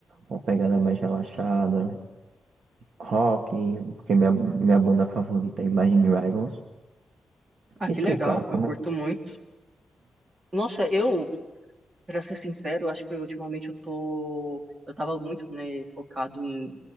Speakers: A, on the right; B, on the right.
A: uma pegada mais relaxada, rock, porque minha, minha banda favorita é Imagine Dragons.
B: Ah, que
A: E tu,
B: legal.
A: cara, como
B: Eu curto
A: é que...
B: muito. Nossa, eu, pra ser sincero, acho que ultimamente eu tô. Eu tava muito, né, focado em.